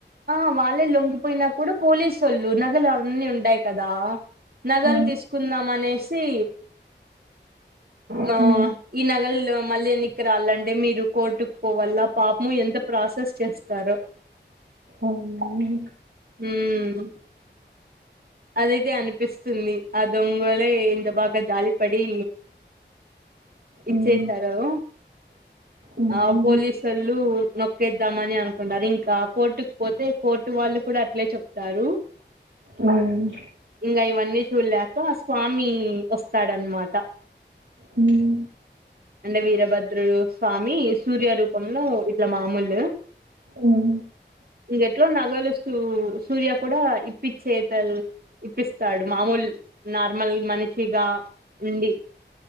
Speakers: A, on the right; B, on the right.
A: ఆ వాళ్ళే లొంగిపోయినా కూడా పోలీసు వాళ్ళు నగలు అవన్నీ ఉంటాయి కదా నగలు
B: ఆ,
A: తీసుకుందాం అనేసి ఆ
B: ఉమ్
A: ఈ నగలు మళ్ళీ ఎన్నికి రాలంటే మీరు కోర్టుకు పోవల్ల పాపము ఎంత ప్రాసెస్ చేస్తారో
B: అవునా
A: ఉహ్మ్ అదైతే అనిపిస్తుంది ఆ దొంగోలే ఎంత బాగా జాలిపడి ఇచ్చేేశారో
B: ఉమ్, ఉమ్,
A: ఆ
B: ఉమ్,
A: పోలీసోళ్ళు నొక్కేద్దామని అనుకుంటారు ఇంకా కోర్టుకి పోతే కోర్టు వాళ్ళు కూడా అట్లే చెప్తారు
B: ఉమ్
A: ఇంకా ఇవన్నీ చూడలేక స్వామి వస్తాడనమాట
B: ఉమ్
A: అంటే వీరభద్రుడు స్వామి సూర్య రూపంలో ఇట్లా మామూలు
B: ఉమ్
A: ఇంగెట్లో నగలు సు సూర్య కూడా ఇప్పిచ్చేతలు ఇప్పిస్తాడు మామోల్ నార్మల్ మనిషిగా ఉండి